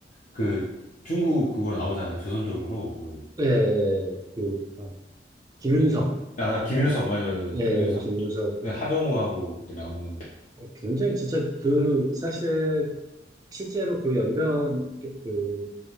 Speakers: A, on the left (about 45°); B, on the right (about 20°).
A: 그, 중국 그걸 나오잖아요. 조선족으로. 그,
B: 예, 예, 예. 그, 어, 김윤석,
A: 아, 김윤석, 맞아, 맞아, 맞아.
B: 예,
A: 김윤석.
B: 김윤석.
A: 네, 하정우하고 이렇게 나오는,
B: 어, 굉장히 진짜 그 사실 실제로 그 연변 그, 그